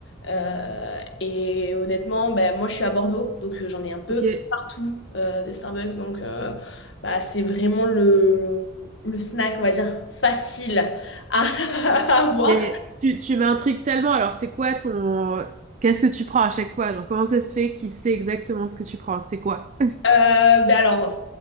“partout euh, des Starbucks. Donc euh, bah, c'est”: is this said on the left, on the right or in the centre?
Left